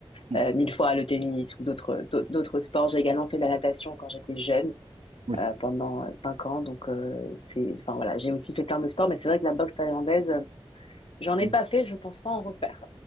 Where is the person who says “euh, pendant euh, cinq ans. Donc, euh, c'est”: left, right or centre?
Left